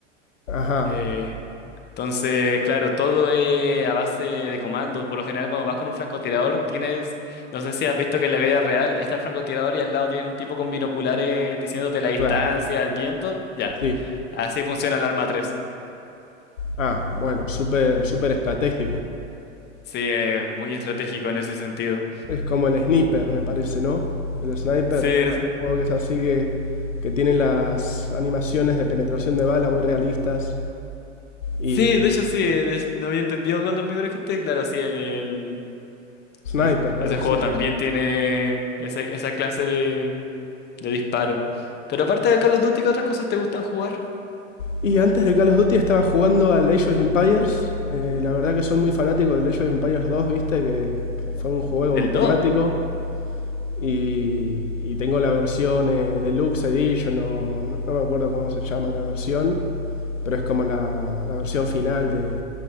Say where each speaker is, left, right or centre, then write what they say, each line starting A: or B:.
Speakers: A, on the left (about 80°); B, on the left (about 25°).
A: Ajá,
B: Eh, entonces, claro, todo es a base de comandos. Por lo general, cuando vas con un francotirador, tienes, no sé si has visto que en la vida real está el francotirador y al lado tiene un tipo con binoculares diciéndote la distancia,
A: claro,
B: el viento. Ya,
A: sí.
B: así funciona el arma tres
A: Ah, bueno, súper, súper estratégico.
B: Sí, es muy estratégico en ese sentido.
A: Es como el Sniper, me parece, ¿no? El Sniper.
B: Sí, es-
A: Hay un juego que es así que, que tiene las animaciones de penetración de bala muy realistas. Y
B: sí, de hecho sí, de hecho, no había entendido cuando primero esté Claro, sí, el, el-
A: Sniper,
B: es-
A: algo
B: ese juego
A: así se
B: también
A: llama.
B: tiene ese- esa clase de, de disparo. Pero aparte de Call of Duty, ¿qué otras cosas te gustan jugar?
A: Y antes del Call of Duty estaba jugando al Age of Empires. Eh, la verdad que soy muy fanático del Age of Empires 2, viste, que, que fue un juego
B: Del
A: emblemático.
B: do.
A: Y, y tengo la versión eh, Deluxe Edition, o no, no me acuerdo cómo se llama la versión, pero es como la, la versión final de